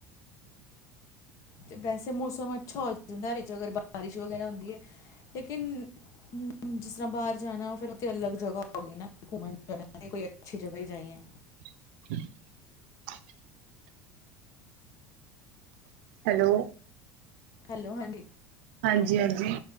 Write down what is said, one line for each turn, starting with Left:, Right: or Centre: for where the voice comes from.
Left: ਤੇ ਵੈਸੇ ਮੌਸਮ ਅੱਛਾ ਹੋ ਜਾਂਦਾ ਵਿੱਚ ਅਗਰ ਬਾਰਿਸ਼ ਵਗੈਰਾ ਹੁੰਦੀ ਹੈ, ਲੇਕਿਨ ਜਿਸ ਤਰ੍ਹਾਂ ਬਾਹਰ ਜਾਣਾ ਫਿਰ ਉਹ ਤੇ ਅਲੱਗ ਜਗ੍ਹਾ ਓਹੀ ਨਾ ਕਿ ਘੁੰਮਣ ਜਾਨਾ ਵੇ ਕੋਈ ਅੱਛੀ ਜਗ੍ਹ ਜਾਈਏ।
Right: <inaudible> ਹੈਲੋ।
Left: ਹੈਲੋ, ਹਾਂਜੀ।
Right: ਹਾਂਜੀ, ਹਾਂਜੀ